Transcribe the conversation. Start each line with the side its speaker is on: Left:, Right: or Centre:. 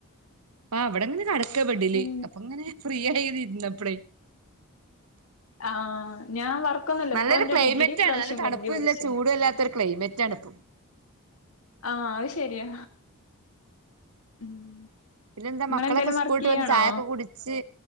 Right: ആ ഇവിടെങ്ങനെ കടക്ക ബെഡ്ല്
Left: ഉം
Right: അപ്പൊ അങ്ങനെ ഫ്രീ ആയി ഇരുന്നപ്പളേ
Left: ആഹ് ഞാൻ വർക്കൊന്നുംല്ല
Right: നല്ലൊരു
Left: ഇപ്പൊ എന്റെ
Right: ക്ലൈമറ്റ്
Left: ഡിഗ്രി പ്രാവശ്യം
Right: ആണ് നല്ല തണുപ്പുല്ല
Left: കഴിഞ്ഞു വർഷം
Right: ചൂടും അല്ലാത്തൊരു ക്ലൈമറ്റ് ആണ് ഇപ്പം
Left: ആഹ അത് ശരിയാ ഉം
Right: പിന്നെന്താ
Left: നിങ്ങളെന്തേലും
Right: മക്കളൊക്കെ
Left: വർക്ക്
Right: സ്കൂളിട്ട്
Left: ചെയ്യാണോ
Right: വന്ന് ചായൊക്കെ കുടിച്ച്